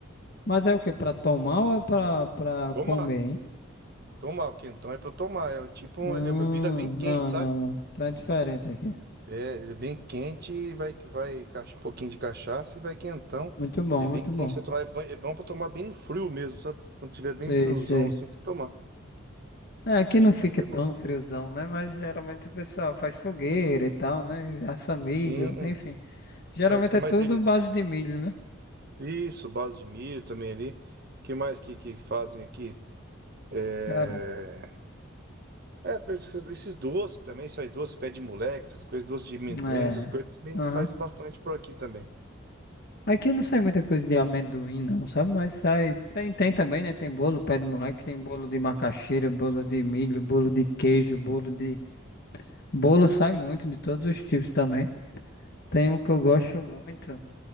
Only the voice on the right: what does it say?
Tomar,
tomar o quentão é pra tomar. É tipo, um-
ele é uma bebida bem quente,
sabe?
É, ele é bem quente, e vai, vai cacha- um pouquinho de cachaça e vai quentão.
Ele é bem
quente,
você tomar, é bom, é bom pra tomar bem no frio mesmo, sabe? Quando tiver bem
friozão
assim, você tomar.
Mas é
bom.
Sim, é
é
mais
derivados
Isso, base de milho também ali. Que mais que, que fazem aqui? É,
é pe- esses esses doces também, faz doce, pé de moleque, essas coisas, doce de amendoim,
essas coisas também
faz bastante por aqui também.